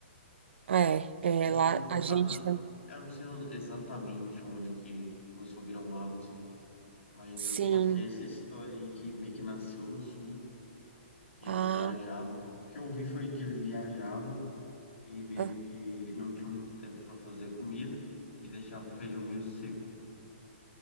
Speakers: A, on the right; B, on the left.
A: é, é,
B: Eu não
A: lá
B: sei exata,
A: a gente
B: eu,
A: também.
B: eu não sei exatamente onde que começou a virar um hábito, mas
A: Sim.
B: eu só sei essa história aí que meio que nasceu no sul. que
A: Ah,
B: eles viajavam. O que eu ouvi foi que eles viajavam e meio
A: ah,
B: que não tinham muito tempo para fazer comida e deixavam o feijão meio seco.